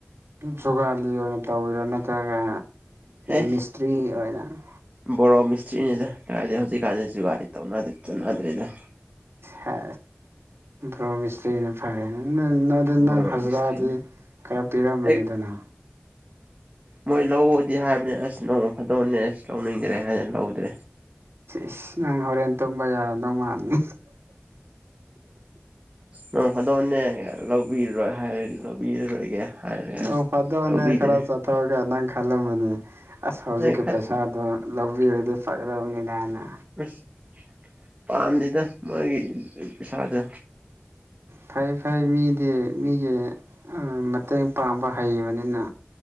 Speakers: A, on the right; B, on the right.
A: ꯖꯨꯒꯥꯂꯤ ꯑꯣꯏꯅ ꯇꯧꯕꯋꯔꯣ ꯅꯠꯇ꯭ꯔꯒ
B: ꯑꯦ
A: ꯃꯤꯁꯇ꯭ꯔꯤ ꯑꯣꯏꯅ ꯑꯣꯏꯅ
B: ꯕꯣꯔꯣ ꯃꯤꯁꯇ꯭ꯔꯤꯅꯤꯗ ꯀꯗꯗꯤ ꯍꯧꯖꯤꯛꯀꯥꯟꯗꯤ ꯖꯨꯒꯥꯔꯤ ꯇꯧ ꯆꯠꯅꯗ꯭ꯔꯔꯤꯗ
A: ꯍ ꯭ꯔꯣꯃꯤꯁꯇ꯭ꯔꯤꯅꯦ ꯐꯔꯦꯅ ꯑꯗꯨ ꯅꯪ
B: ꯕꯣꯔꯣ
A: ꯍꯖꯤꯔꯥꯗꯤ
B: ꯃꯤꯁꯇ꯭ꯔꯤꯅꯤ
A: ꯈꯔ ꯄꯤꯔꯝꯃꯅꯤꯗꯅ
B: ꯑꯦ ꯃꯣꯏ ꯂꯧꯕꯗꯤ ꯍꯥꯏꯕꯅꯤ ꯑꯁ ꯅꯣꯡꯃ ꯐꯥꯗꯣꯛꯅꯦ ꯑꯁ ꯂꯧꯅꯤꯡꯗ꯭ꯔꯦ ꯍꯥꯏꯅ ꯂꯧꯗ꯭ꯔꯦ
A: ꯏꯁ ꯅꯪ ꯍꯣꯔꯦꯟ ꯇꯨꯝꯕ ꯌꯥꯔꯗꯧ ꯃꯥꯅꯤ
B: ꯅ ꯐꯗꯧꯅꯦ ꯂꯧꯕꯤꯔꯔꯣꯏ ꯍꯥꯏꯔ ꯂꯧꯕꯤꯔꯔꯣꯏꯒꯦ ꯍꯥꯏꯔꯒ
A: ꯅꯪ
B: ꯑꯁ
A: ꯐꯥꯗꯑꯅꯦ
B: ꯂꯧꯕꯤꯗ꯭ꯔꯦ
A: ꯈꯔ ꯆꯠꯊꯣꯛꯑꯒ ꯅꯪ ꯈꯜꯂꯝꯃꯤꯅꯦ ꯑꯁ ꯍꯧꯖꯤꯛꯀꯤ
B: ꯅꯣꯏ ꯈꯠ
A: ꯄꯩꯁꯥꯗꯣ ꯂꯧꯕꯤꯔꯗꯤ ꯐꯒꯗꯕꯅꯤꯅꯅ
B: ꯑꯁ ꯄꯥꯝꯁꯤꯗ ꯃꯥꯣꯏꯒꯤ ꯄꯩꯁꯥꯗ
A: ꯐꯩ ꯐꯩ ꯃꯤꯗꯤ ꯃꯤꯒꯤ ꯃꯇꯦꯡ ꯄꯥꯡꯕ ꯍꯩꯕꯅꯤꯅ